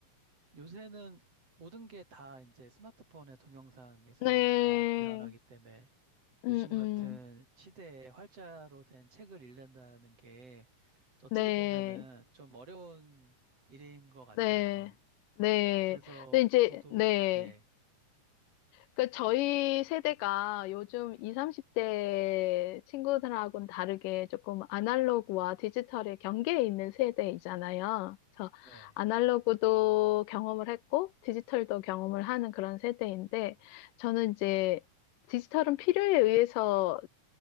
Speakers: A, on the right; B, on the left.
A: 요새는 모든 게 다 이제 스마트폰의 동영상에서
B: 네.
A: 다 일어나기 때문에
B: 음,
A: 요즘
B: 음.
A: 같은 시대에 활자로 된 책을 읽는다는 게 어떻게
B: 네,
A: 보면은 좀 어려운 일인 것 같아요.
B: 네, 네.
A: 그래서
B: 근데 이제,
A: 저도,
B: 네.
A: 예,
B: 그 저희 세대가 요즘 20, 30대 친구들하고는 다르게 조금 아날로그와 디지털의 경계에 있는 세대이잖아요. 그래서
A: 네,
B: 아날로그도 경험을 했고 디지털도 경험을 하는 그런 세대인데 저는 이제 디지털은 필요에 의해서